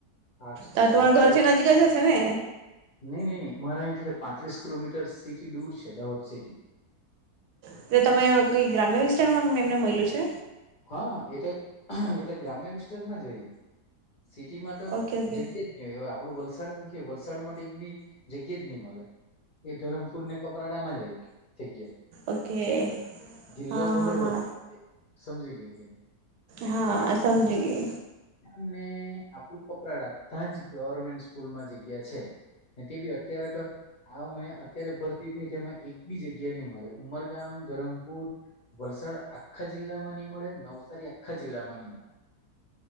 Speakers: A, on the left; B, on the right.
A: આર્ટ
B: તો તમારા
A: આર્ટસ
B: ઘરથી
A: કોલેજ.
B: નજીક જ હશે ને
A: નહી નહી નહી મારા ઍન્ડથી તો પાંત્રીસ કિલોમીટર સિટી દૂર છે. દહોદ સિટી.
B: એટલે તમે કઈ ગ્રામ્ય વિસ્તારમાં એમને મલ્યું છે?
A: હા.. એ તો એ તો ગ્રામ્ય વિસ્તારમાં જ હોય. સિટીમાં તો
B: ઓકે ઓકે
A: જગ્યા જ નહી હોય. આપડું વલસાડ એમ કે વલસાડ સળ માટે એક બી જગ્યા જ નહી મળે. એ ધરમપુર ને કપરાડામાં જ હોય. જગ્યા.
B: ઓકે
A: જિલ્લો
B: હા
A: ભલે
B: હા
A: ભલે સમજી ગય કે નય.
B: હા સમજી ગય.
A: મને આપણું કપરાડા. તાં જ ગવર્મેન્ટ સ્કૂલમાં જગ્યા છે. તે બી અત્યારે તો આ મે અત્યારે ભરતી થઈ, તેમાં એક બી જગ્યા નહી મળે. ઉમરગામ ધરમપુર, વલસાડ આખા જિલ્લામાં નહી મળે. નવસારી આખા જિલ્લામાં નહી મળે.